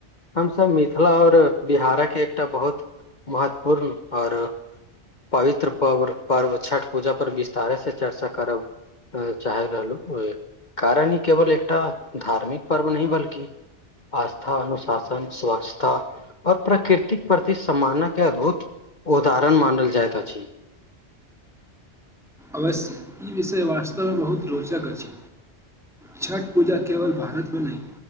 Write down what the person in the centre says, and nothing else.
अवश्य ई विषय वास्तवमे बहुत रोचक अछि छठ पूजा केवल भारतमे नहि